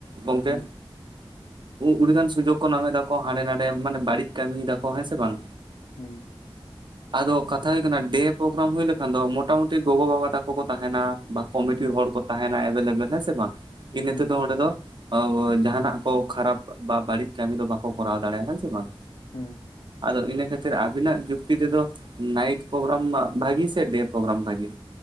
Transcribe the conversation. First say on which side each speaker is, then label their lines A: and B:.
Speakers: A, on the right; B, on the left.
A: ᱜᱚᱝᱠᱮ
B: ᱦᱩᱸ
A: ᱟᱹᱰᱤᱜᱟᱱ ᱥᱩᱡᱳᱜᱽ ᱠᱚ ᱧᱟᱢ ᱫᱟᱠᱚ ᱦᱟᱸᱰᱮ ᱱᱟᱰᱮ ᱢᱟᱱ ᱵᱟᱹᱲᱤᱡ ᱠᱟᱹᱢᱤᱭ ᱫᱟᱠᱚ ᱦᱮᱸ ᱥᱮ ᱵᱟᱝ
B: ᱦᱮᱸ
A: ᱟᱫᱚ ᱠᱟᱛᱷᱟᱳᱭ ᱠᱟᱱᱟ ᱰᱮ ᱯᱨᱳᱜᱨᱟᱢ ᱦᱩᱭ ᱞᱮᱠᱷᱟᱱ ᱫᱚ ᱢᱚᱴᱟᱢᱩᱴᱤ ᱜᱚᱜᱚ ᱵᱟᱵᱟ ᱛᱟᱠᱚ ᱠᱚ ᱛᱟᱦᱮᱱᱟ ᱵᱟ ᱠᱚᱢᱤᱴᱤ
B: ᱦᱩᱸ ᱦᱩᱸ
A: ᱦᱚᱲ ᱠᱚ ᱛᱟᱦᱮᱱᱟ ᱮᱵᱮᱞᱮᱵᱮᱞ ᱦᱮᱸ ᱥᱮ ᱵᱟᱝ
B: ᱦᱩᱸ
A: ᱛᱮ ᱫᱚ ᱚᱸᱰᱮ ᱫᱚ ᱡᱟᱦᱟᱱᱟᱜ ᱠᱚ ᱠᱷᱟᱨᱟᱯ ᱵᱟ ᱵᱟᱹᱲᱤᱡ ᱠᱟᱹᱢᱤ ᱫᱚ ᱵᱟᱠᱚ ᱠᱚᱨᱟᱣ ᱫᱟᱲᱮᱭᱟᱜᱼᱟ ᱦᱮᱸ ᱥᱮ ᱵᱟᱝ
B: ᱦᱮᱸ
A: ᱟᱫᱚ ᱤᱱᱟᱹ ᱠᱷᱟᱹᱛᱤᱨ ᱟᱵᱤᱱᱟᱜ ᱡᱩᱠᱛᱤ ᱛᱮᱫᱚ ᱱᱟᱭᱤᱴ ᱯᱨᱳᱜᱨᱟᱢ ᱢᱟ ᱵᱷᱟᱜᱤ ᱥᱮ ᱰᱮᱹ ᱯᱨᱳᱜᱨᱟᱢ ᱵᱷᱟᱜᱮ